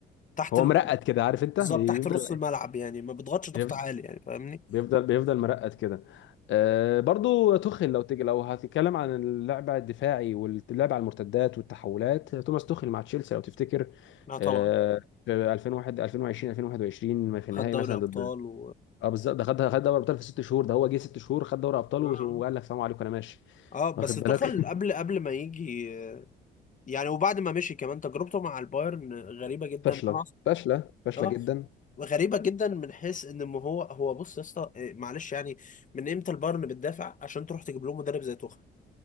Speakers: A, on the left; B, on the left.
A: تحت
B: هو
A: ال-
B: مرقد كده عارف انت
A: بالظبط
B: بيفضل
A: تحت نص الملعب يعني ما بيضغطش ضغط
B: بيفضل
A: عالي يعني فاهمني
B: بيفضل, بيفضل مرقد كده آه برضو توخيل لو تيجي لو هتتكلم عن اللعب الدفاعي واللعب على المرتدات والتحولات توماس توخيل مع تشيلسي لو تفتكر
A: لا طبعا
B: آه في 2001 2020 2021 في النهائي
A: خد دوري
B: مثلا
A: ابطال
B: ضد
A: و
B: اه بالظبط ده خد خد دوري ابطال في ست شهور ده هو جه ست شهور خد دوري ابطال
A: اه
B: وقال لك سلام عليكم انا ماشي
A: آه، بس
B: واخد
A: توخل
B: بالك
A: قبل قبل ما يجي يعني وبعد ما مشي كمان تجربته مع البايرن غريبة
B: <laughs>
A: جدا
B: فاشله
A: انا
B: فاشله فاشله
A: اه
B: جدا
A: غريبة جدا من حيث ان ما هو هو بص يا اسطى إيه، معلش يعني من امتى البايرن بتدافع عشان تروح تجيب لهم مدرب زي توخيل